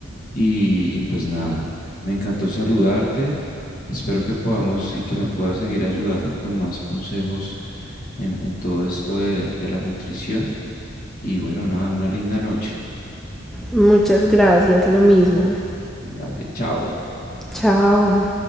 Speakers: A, on the left (about 45°); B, in the centre.
A: y, y pues nada, me encantó saludarte. Espero que podamos y que me puedas seguir ayudando con más consejos en, en todo esto de, de la nutrición. Y bueno, nada, una linda noche.
B: Muchas gracias, lo mismo.
A: Dale, chao.
B: Chao.